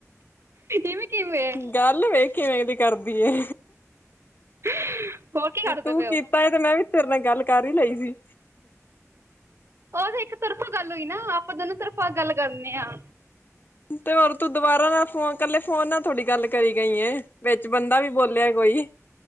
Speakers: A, on the right; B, on the left.
A: ਇਵੇਂ ਕਿਵੇਂ
B: ਗੱਲ ਵੇਖ ਕਿਵੇਂ ਕਰਦੀ ਏ।
A: <inaudible>
B: ਤੂੰ
A: ਪਏ
B: ਕੀਤਾ
A: ਹੋ
B: ਏ ਤੇ ਮੈਂ ਵੀ ਤੇਰੇ ਨਾਲ ਗੱਲ ਕਰ ਈ ਲਈ ਸੀ।
A: ਔਤੇ ਇੱਕ ਤਰਫਾ ਗੱਲ ਹੋਈ ਨਾ। ਆਪਾਂ ਦੋਨਾਂ ਤਰਫਾ ਗੱਲ ਕਰਨੇ ਆਂ।
B: ਤੇ ਔਰ ਤੂੰ ਦੁਵਾਰਾ ਨਾਲ ਫੋਨ ਕੱਲੇ ਫੋਨ ਨਾ ਥੋੜੀ ਗੱਲ ਕਰੀ ਗਈ ਏ। ਵਿੱਚ ਬੰਦਾ ਵੀ ਬੋਲੇਆ ਕੋਈ।